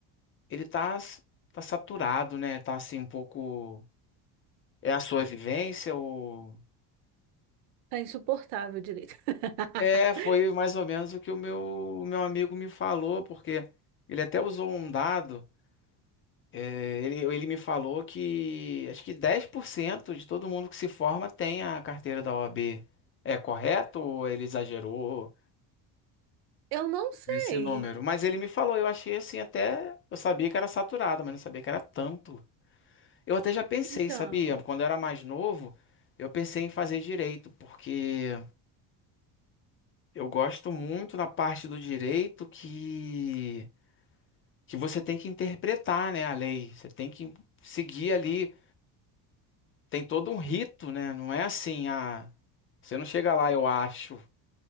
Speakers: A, on the left; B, on the right.
A: ele tá, s- tá saturado, né? Tá assim um pouco é a sua vivência ou
B: Tá insuportável direito. <laughs>
A: é, foi mais ou menos o que o meu, o meu amigo me falou, porque ele até usou um dado É, ele, ele me falou que acho que 10% de todo mundo que se forma tem a carteira da OAB. É correto ou ele exagerou
B: Eu não sei.
A: nesse número? Mas ele me falou, eu achei assim até. Eu sabia que era saturado, mas não sabia que era tanto. Eu até já pensei,
B: Então,
A: sabia? Quando eu era mais novo, eu pensei em fazer direito, porque eu gosto muito da parte do direito que, que você tem que interpretar, né, a lei. Você tem que seguir ali. tem todo um rito, né? Não é assim, ah, você não chega lá, eu acho,